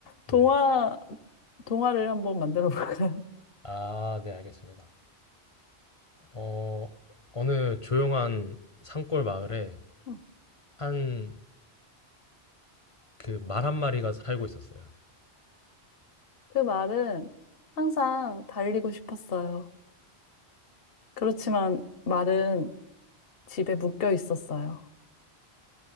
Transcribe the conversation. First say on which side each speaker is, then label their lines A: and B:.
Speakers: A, on the left; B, on the left.
A: 동화,
B: <laughs> 네.
A: 동화를 한번 만들어 볼까요?
B: 아, 네, 알겠습니다. 어, 어느 조용한 산골 마을에
A: <laughs> 어,
B: 한 그 말 한 마리가 살고 있었어요.
A: 그 말은 항상 달리고 싶었어요. 그렇지만 말은 집에 묶여 있었어요.